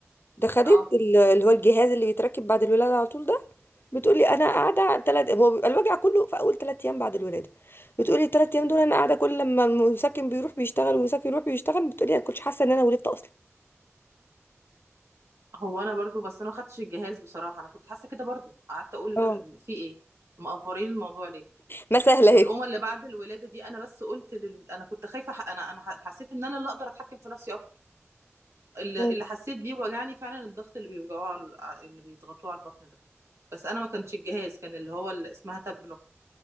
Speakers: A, on the left; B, on the right.
A: ده خدت
B: اه
A: ال- اللي هو الجهاز اللي بيتركب بعد الولاده على طول ده بتقولي انا قاعده ثلاث هو بيبقى الوجع كله في اول ثلاث ايام بعد الولاده بتقولي الثلاث ايام دول انا قاعده كل لما المسكن بيروح بيشتغل والمسكن يروح بيشتغل بتقولي انا كنتش حاسه ان انا ولدت اصلا
B: هو انا برضو بس انا ما خدتش الجهاز بصراحه انا كنت حاسه كده برضو قعدت اقول
A: اه
B: في ايه مقفرين الموضوع ليه
A: ما سهله
B: والأمة
A: اهي
B: اللي بعد الولادة دي أنا بس قلت لل... أنا كنت خايفة ح... أنا أنا ح- حسيت إن أنا اللي أقدر أتحكم في نفسي أكتر اللي,
A: مم.
B: اللي حسيت بيه وجعني فعلا الضغط اللي بيوجعوه على... اللي بيضغطوه على البطن ده بس أنا ما كانش الجهاز كان اللي هو اللي اسمها تابلو